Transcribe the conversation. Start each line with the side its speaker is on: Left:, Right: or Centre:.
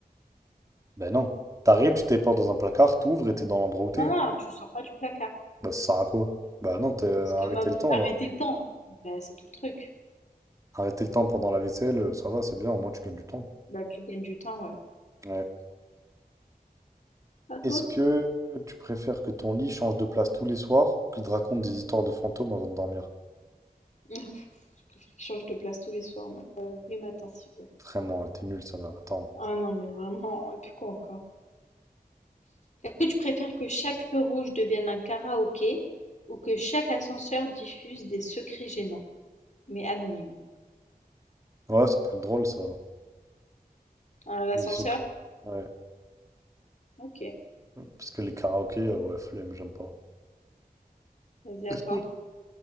Right: Bah non. T'arrives, tu téléportes dans un placard, t'ouvres et t'es dans l'endroit où t'es.
Left: Non, non, tu sors pas du placard.
Right: Bah, ça sert à quoi? Bah non, t'as
Left: C'est comme
Right: arrêté
Left: ab-
Right: le temps,
Left: arrêter
Right: alors.
Left: le temps. Bah, c'est tout le truc.
Right: Arrêter le temps pendant la vaisselle, euh, ça va, c'est bien, au moins tu gagnes du temps.
Left: Bah, tu gagnes du temps, ouais.
Right: Ouais,
Left: À toi?
Right: Est-ce que tu préfères que ton lit change de place tous les soirs ou qu'il te raconte des histoires de fantômes avant de dormir?
Left: <laughs> Je préfère qu'il change de place tous les soirs, mais, euh, tous les matins s'il veut.
Right: Vraiment, t'es nul ça là. Attends.
Left: Ah non, mais vraiment, et puis quoi encore? Est-ce que tu préfères que chaque feu rouge devienne un karaoké ou que chaque ascenseur diffuse des secrets gênants, mais anonymes?
Right: Ouais, ça peut être drôle ça.
Left: Euh, l'ascenseur?
Right: Les secrets. Ouais.
Left: Ok,
Right: Parce que les karaokés, euh, ouais, flemme, j'aime pas.
Left: vas-y
Right: Est-ce
Left: à toi.
Right: que...